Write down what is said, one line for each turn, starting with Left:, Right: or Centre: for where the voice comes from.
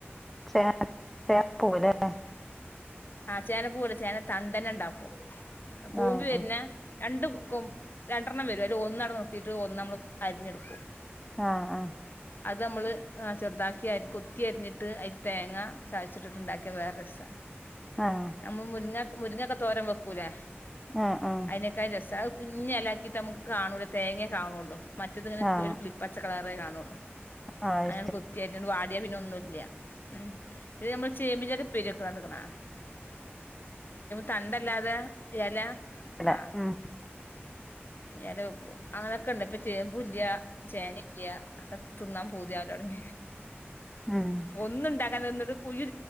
Centre: ചേ ചേപ്പൂലേ
Left: ആ ചേനപ്പൂല ചേന തണ്ടന്നെ ഉണ്ടാക്കും കൂമ്പി
Centre: ആഹ്
Left: വരുന്ന രണ്ട കൊ രണ്ടെണ്ണം വരും അല്ല ഒന്നട നിർത്തിയിട്ട് ഒന്ന് നമ്മള് അരിഞ്ഞെടുക്കും
Centre: ആഹ ആഹ
Left: അത് നമ്മള് ചെറുതാക്കി അതിൽ കൊത്തി അരിഞ്ഞിട്ട് അതിൽ തേങ്ങ ചച്ചിട്ടിട്ട് ഇണ്ടാക്കിയ വേറെ രസമാണ്
Centre: ആഹ്
Left: നമ്മ മുരുങ്ങ മുരിങ്ങൊക്കെ തോരം വെക്കൂലേ
Centre: ആഹ് ആഹ് ആഹ്
Left: അയിനെ കായ ദസാ കുഞ്ഞഞ്ലാക്കിയിട്ട് നമുക്ക് കാണൂല തേങ്ങ കാണുള്ളോ മറ്റ ഇങ്ങനെ
Centre: ആഹ്
Left: ഒരുളിപ്പച്ച കള കുേ കാണുള്ളൂ
Centre: ആഹ്
Left: അങ്ങഞൻ കൊത്തിയ വാടിയ പിന്നെ ഒന്നുല്ല ഉം പിന്നെ നമ്മള് ചേമ്പച പര്ക്ക എടുക്കണ തണ്ടല്ലാതെ ഇല
Centre: ശരിയല്ലേ
Left: ആഹ
Centre: ഉം
Left: വല വെക്കും അങ്ങനെയൊക്കെ ഉണ്ട് ഇപ്പ ചേമ്പല്ല ചേനല്ല ഒക്കെ തിന്നാൻ പോതിയലോടങ്ങി
Centre: ഉം ഉം
Left: ഒന്ന ഇണ്ടാക്ക ഒന്ന കുയു